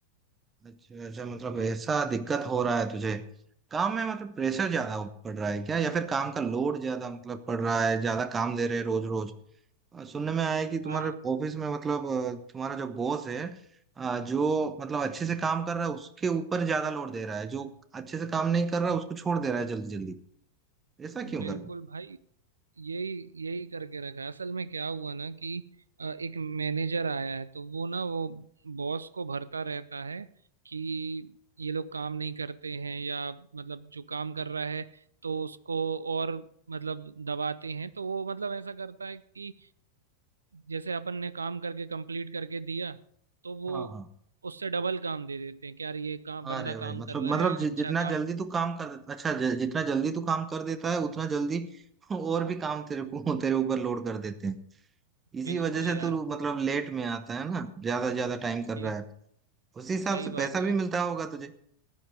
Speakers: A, on the right; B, on the right.
A: अच्छा अच्छा मतलब
B: और-
A: ऐसा दिक्कत हो रहा है तुझे काम में मतलब प्रेशर ज्यादा पड़ रहा है क्या या फिर काम का लोड ज्यादा मतलब पड़ रहा है ज्यादा काम दे रहे हैं रोज रोज अ, सुनने में आया है कि तुम्हारे
B: आ,
A: ऑफिस में मतलब अ, तुम्हारा जो बॉस है अ, जो मतलब अच्छे से काम कर रहा है उसके ऊपर ज्यादा लोड दे रहा है जो अच्छे से काम नहीं कर रहा उसको छोड़ दे रहा है जल्दी जल्दी ऐसा क्यों
B: बिल्कुल
A: कर रहे हैं
B: भाई यही यही करके रखा है। असल में क्या हुआ ना कि अ, एक मैनेजर आया है तो वो ना वो बॉस को भरता रहता है कि ये लोग काम नहीं करते हैं या मतलब जो काम कर रहा है तो उसको और मतलब दबाते हैं तो वो मतलब ऐसा करता है कि जैसे अपन ने काम करके कंप्लीट करके दिया तो वो
A: हाँ हाँ
B: उससे डबल काम दे देते हैं कि यार ये काम बंदा
A: अरे भाई
B: काम
A: मतलब
B: कर रहा
A: मतलब
B: है
A: जि,
B: अच्छा
A: जितना
B: काम
A: जल्दी तू काम कर देता अच्छा जि, जितना जल्दी तू काम कर देता है उतना जल्दी <laughs> और भी काम तेरे को तेरे ऊपर लोड कर देते हैं इसी
B: बिल्कुल
A: वजह से
B: यार
A: तू
B: बहुत
A: मतलब लेट में आता है ना ज्यादा ज्यादा टाइम
B: सही
A: कर रहा है उसी हिसाब
B: सही
A: से
B: बात
A: पैसा भी
B: है
A: मिलता होगा तुझे